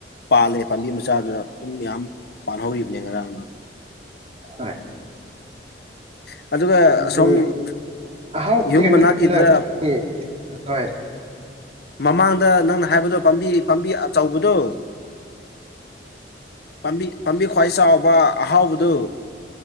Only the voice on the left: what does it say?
ꯄꯥꯜꯂꯦ ꯄꯥꯝꯕꯤ ꯃꯆꯥꯗꯨꯗ ꯑꯗꯨꯝ ꯃꯌꯥꯝ ꯄꯥꯟꯍꯧꯔꯤꯕꯅꯦ ꯉꯔꯥꯡꯗꯣ
ꯑꯗꯨꯒ
ꯑꯁꯣꯝ
ꯌꯨꯝ
ꯃꯅꯥꯛꯀꯤꯗ
ꯃꯃꯥꯡꯗ ꯅꯪꯅ ꯍꯥꯏꯕꯗꯣ ꯄꯥꯝꯕꯤ ꯄꯥꯝꯕꯤ ꯑꯆꯧꯕꯗꯣ ꯄꯥꯝꯕꯤ ꯄꯥꯝꯕꯤ ꯈ꯭ꯋꯥꯏ ꯆꯥꯎꯕ ꯑꯍꯥꯎꯕꯗꯨ